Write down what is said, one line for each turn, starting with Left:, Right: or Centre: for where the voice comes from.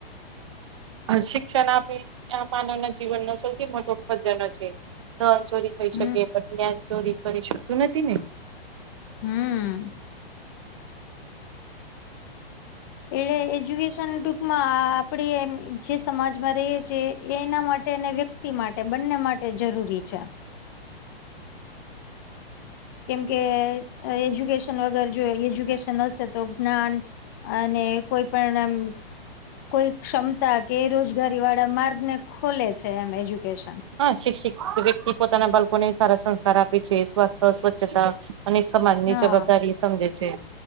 Right: શિક્ષણ આપે આ માનવના જીવનનો સૌથી મોટો ભજનો છે દન ચોરી થઈ
Left: હમ
Right: શકે પણ જ્ઞાન ચોરી કરી શક્યું નથી ને.
Left: હમ. એટલે એજ્યુકેશન ટૂંકમાં આપડી એમ જે સમાજમાં રહી છે એ એના માટે અને વ્યક્તિ માટે બંને માટે જરૂરી છે. કેમકે એજ્યુકેશન વગર જો એજ્યુકેશન હશે તો જ્ઞાન અને કોઈ પણમ કોઈ ક્ષમતા કે રોજગારી વાળા માર્ગને ખોલે છે એમ એજ્યુકેશન.
Right: હા શિક્ષિત વ્યક્તિ પોતાના બાળકોને સારા સંસ્કાર આપે છે સ્વાસ્થ સ્વચ્છતા અને સમાજ ની
Left: હા
Right: જવાબદારી સમજે છે.